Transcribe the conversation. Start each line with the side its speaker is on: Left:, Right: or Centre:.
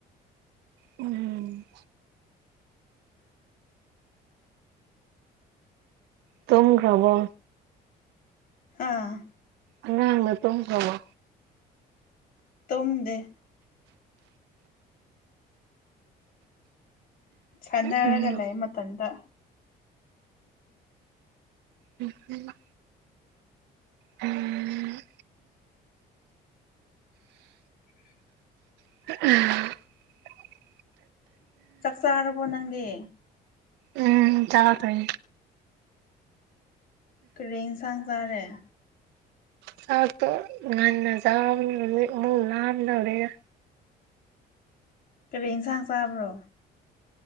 Right: ꯎꯝ ꯇꯨꯝꯈ꯭ꯔꯕꯣ
Left: ꯑꯥ
Right: ꯑꯉꯥꯡ ꯗꯣ ꯇꯨꯝꯈꯔ꯭ꯕꯣ
Left: ꯇꯨꯝꯗꯦ ꯁꯥꯟꯅꯔꯒ
Right: ꯎꯝ
Left: ꯂꯩ ꯃꯇꯝꯗ
Right: ꯎꯝ ꯎꯝ ꯎꯝ
Left: <inaudible>
Right: ꯑꯥ
Left: ꯆꯥꯛ ꯆꯥꯔꯕꯣ ꯅꯪꯗꯤ
Right: ꯎꯝ ꯆꯥꯔ ꯇꯥꯏ
Left: ꯀꯔꯤ ꯌꯦꯟꯁꯪ ꯆꯔꯦ
Right: ꯆꯇ ꯉꯟꯅ ꯆꯕ ꯃ ꯂꯗ ꯍꯧꯔꯔ
Left: ꯀꯩꯕꯩ ꯌꯦꯟꯁꯥꯡ ꯆꯥꯕ꯭ꯔꯣ